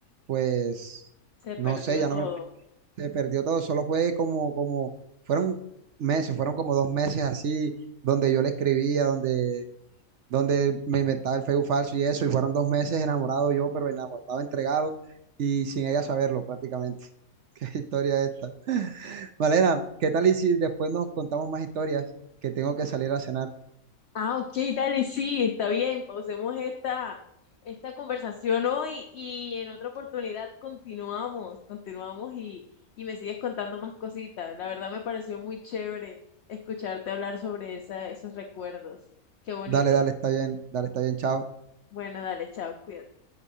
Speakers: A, on the right; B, on the left.
A: pues,
B: Se perdió
A: no sé, ya
B: todo.
A: no me, se perdió todo, solo fue como, como, fueron meses, fueron como dos meses así, donde yo le escribía, donde, donde me inventaba el Facebook falso y eso, y fueron dos meses enamorado yo, pero enamorado, entregado, y sin ella saberlo prácticamente. <laughs> Qué historia esta. Malena, ¿qué tal y si después nos contamos más historias? Que tengo que salir a cenar.
B: Ah, ok, dale, sí, está bien. Pausemos esta, esta conversación hoy y en otra oportunidad continuamos, continuamos y, y me sigues contando más cositas. La verdad me pareció muy chévere escucharte hablar sobre esa, esos recuerdos. Qué bonito.
A: Dale, dale, está bien, dale, está bien, chao.
B: Bueno, dale, chao, cuídate.